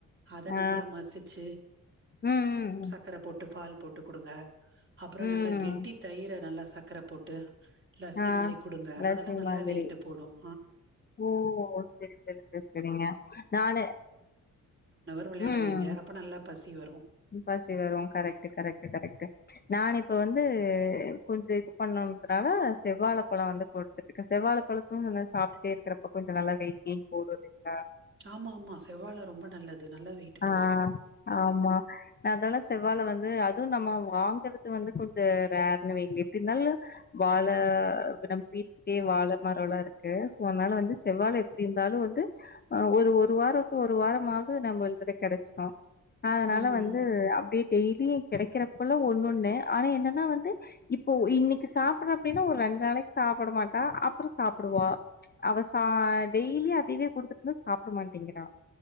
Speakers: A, on the right (about 35°); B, on the left (about 30°).
A: அத
B: ஆ
A: நல்லமசிச்சிஆ
B: ம் ம்
A: சக்கர போட்டு பால் போட்டு கொடுங்க அப்புறம்
B: ம்
A: நல்லா கெட்டி
B: ம்
A: தயிர நல்லா சர்க்கரை போட்டு லசி
B: ஆ
A: மாரி குடுங்க
B: லஸ்ஸி
A: அதெல்லா நல்லா
B: மாதிரி
A: வெயிட்டு போடும்
B: ஓ செரி-செரி-செரி-செரிங்க நானு
A: விளையாடவைங்க
B: ம்
A: அப்ப நல்லாப் பசி வரு
B: பசி வரு கரெக்ட்-கரெக்ட்-கரெக்ட் நான் இப்ப வந்து கொஞ்ச இது பண்ணதுனால செவ்வால பல வந்து குடுத்துட்டு இருக்கே செவ்வாலபல தூங்குங்க சாப்பிட்டுட்டே இருக்கிறப்ப கொஞ்ச நல்லா வெயிட் கெயின் போடு <unintelligible>
A: ஆமா ஆமா செவ்வாழ ரொம்ப நல்லது நல்லா வெயிட்டு
B: ஆஹ்
A: போடு
B: ஆமா நாங்கல்லா செவ்வால வந்து அது நம்ம வாங்கறது வந்து கொஞ்ச ரேர்ன்னு வைங்க எப்டினாலு வால நம்ம வீட்லியே வால மரலா இருக்கு சோ அதனால வந்து செவ்வால எப்டி இருந்தாலு வந்து ஹ ஒரு-ஒரு வாரம் டு ஒரு வாரமாக நம்ம கெடைச்சுரோ அதனால
A: ம்
B: வந்து
A: ம்
B: அப்டி டெய்லி கிடைக்கறப்போலா ஒண்ணு ஒண்ணு ஆனா என்னன்னா வந்து இப்போ இன்னிக்கு சாப்பிட அப்டின்னா ஒரு ரெண்டு நாளைக்கு சாப்பிட மாட்டா அப்புற சாப்பிடுவா அவ சா டெய்லி அதையவே குடுத்துடுருந்த சாப்பிட மாட்டேங்கிறா